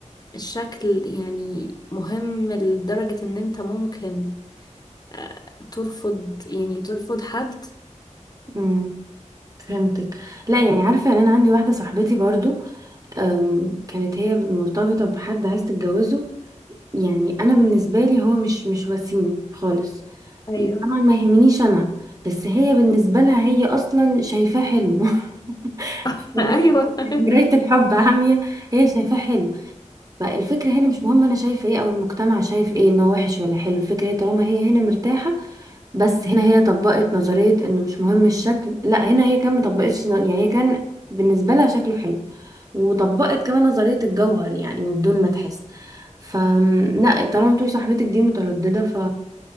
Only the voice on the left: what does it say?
الشكل يعني مهم لدرجه ان انت ممكن آه، ترفض يعني ترفض حد
ايوه
<laughs>
ايوه <laughs>